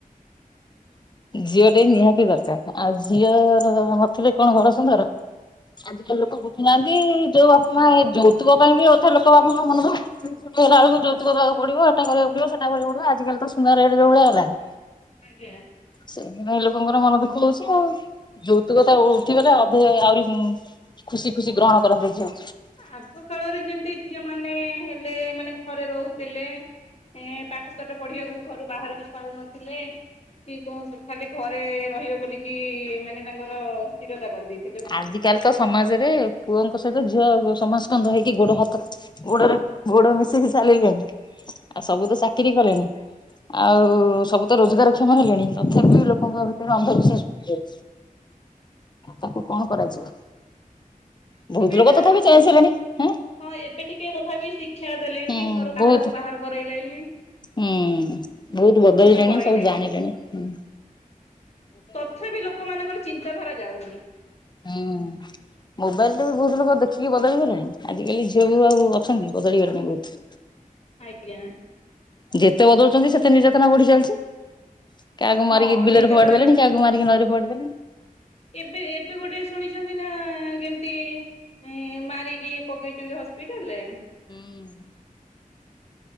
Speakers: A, on the left (about 30°); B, on the left (about 45°).
A: ଝିଅଟେ ନିହାତି ଦରକାର ଆଉ ଝିଅ ର ନଥିଲେ କଣ ଘର ସୁନ୍ଦର। ଆଜିକାଲି ଲୋକ ବୁଝୁନାହାନ୍ତି ଯୋଉ ବାପମାଆ ଏଇ ଯୋଉତୁକ ପାଇଁ ବି ଅଧେ ଲୋକ ବାପାମାଆ ମନଦୁଃଖ କି ଝିଅଟେ ହେଲା ବେଳକୁ ଯୋଉତୁକ ଦବାକୁ ପଡିବ ଏଟା କରିବାକୁ ପଡିବ ସେଟା କରିବାକୁ ପଡିବ ଆଜିକାଲି ତ ସୁନା ରେଟ ଯୋଉଭଳିଆ ହେଲାଣି।
B: ଆଗିଆଁ।
A: ସେଇଥିପାଇଁ ଲୋକଙ୍କର ମନ ଦୁଃଖ ହଉଛି ଆଉ ଯୌତୁକତା ଉଠିବ ନା ଅଧେ ଆହୁରି ଖୁସି ଖୁସି ଗ୍ରହଣ କରନ୍ତେ ଝିଅ।
B: ଆଗ କାଳରେ ଯେମିତି ଝିଅ ମାନେ ହେଲେ ମାନେ ଘରେ ରହୁଥିଲେ ଏ ପାଠ ସାଠ ପଢିବାକୁ ଘରୁ ବାହାରକୁ ଛାଡୁ ନଥିଲେ। କି କୁହନ୍ତୁ ଖାଲି ଘରେ ରହିବ ବୋଲିକି ମାନେ ତାଙ୍କର ଅ ସ୍ଥିରତା କରିଦେଇ
A: ଆଜିକାଲି ତ ସମାଜରେ ପୁଅଙ୍କ ସହିତ ଝିଅ ସମସ୍କନ୍ଦ ହେଇକି ଗୋଡ ହାତ ଗୋଡରେ ଗୋଡ ମିଶେଇକି ଚାଲିଲେଣି ଆଉ ସବୁ ତ ଚାକିରି କଲେଣି। ଆଉ ସବୁ ତ ରୋଜଗାର କ୍ଷମ ହେଲେଣି ତଥାପି ଲୋକଙ୍କ ଭିତରେ ଅନ୍ଧବିଶ୍ୱାସ ଭାରି ତାକୁ କଣ କରାଯିବ। ବହୁତ
B: ଏବେ
A: ଲୋକ
B: ସେ
A: ତଥାପି
B: ଆଉ ଟିକେ
A: ଚେଞ୍ଜ ହେଲେଣି ହେଁ
B: ହଁ ଏବେ ଟିକେ ତଥାପି ଶିକ୍ଷା ଦେଲେଣି
A: ହୁଁ
B: ଘରୁ ବାହାରକୁ
A: ବହୁତ
B: ବାହାର କରାଇଲେନି।
A: ହୁଁ ବହୁତ ବଦଳିଲାଣି
B: ସେ କରାଇଲେଣି
A: ସବୁ ଜାଣିଲେଣି ହୁ।
B: ତଥାପି ଲୋକମାନଙ୍କର ଚିନ୍ତାଧାରା ଯାଉନି।
A: ହୁଁ। ମୋବାଇଲ୍ ରେ ବି ବହୁତ ଲୋକ ଦେଖିକି ବଦଳି ଗଲେଣି ଆଜିକାଲି ଝିଅ ବି ଆଉ ଅଛନ୍ତି ବଦଳିଗଲେଣି ବହୁତ୍।
B: ଆଜ୍ଞା।
A: ଯେତେ ବଦଳୁଛନ୍ତି ସେତେ ନିର୍ଯାତନା ବଢି ଚାଲିଛି କାହାକୁ
B: ହଁ
A: ମାରିକି ବିଲରେ
B: ନିର୍ଯାତନା
A: ଫୋପାଡି ଦେଲେଣି
B: ବା
A: କାହାକୁ କୁ ମାରିକି ନଈରେ ପୋପାଡ଼ି ଦେଲେଣି।
B: ଏବେ ଏବେ ଗୋଟେ ଶୁଣିଛନ୍ତି ନା କେମିତି ଉଁ ମାରିକି ପକେଇଛନ୍ତି ହସ୍ପିଟାଲରେ।
A: ହୁଁଉ।